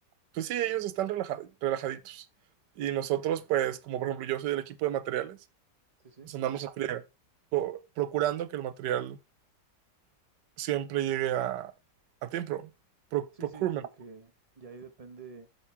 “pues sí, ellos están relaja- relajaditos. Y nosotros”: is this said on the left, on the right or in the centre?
Right